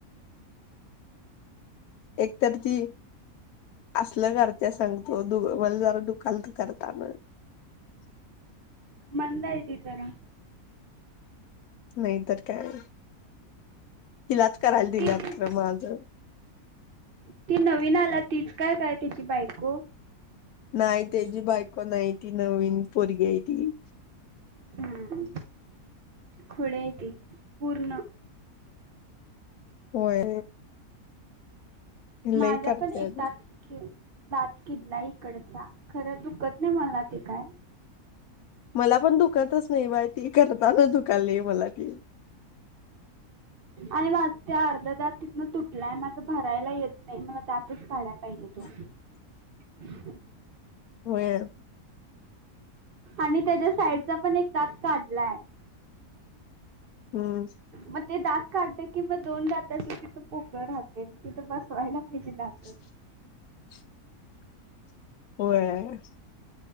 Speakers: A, on the left; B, on the right.
A: एक तर ती असलं करत्या सांगतो दोघं मला दुखाल दुखालत करताना <unintelligible>
B: मद आहे ते जरा
A: नाही तर काय तिलाच करायला दिल्यात
B: ती ती-
A: खरं माझं.
B: ती नवीन आला तीच काय काय त्याची बायको?
A: नाही तेची बायको नाही ती नवीन पोरगी आहे ती.
B: हम्म खुळे आहे ती पूर्ण
A: होय लई
B: माझा
A: करते
B: पण एक दात घेऊ दात किडला इकडचा खरं दुखत नाही मला ते काय.
A: मला पण दुखतच नाही बाई ती करताना दुखायले मला ती
B: आणि माझ ते अर्धा दात तिथनं तुटलाय माझं भरायला येत नाही मला दातच काढयला पाहिजेत तो.
A: <unintelligible>
B: <unintelligible>
A: व्हय
B: आणि त्याच्या साईडचा पण एक दात काढलाय.
A: हम्म
B: मग ते दात काढत कि म दोन दातच तिथं पोकळ राहते मग तिथं बसवायला पाहिजे दात.
A: <inaudible> होय.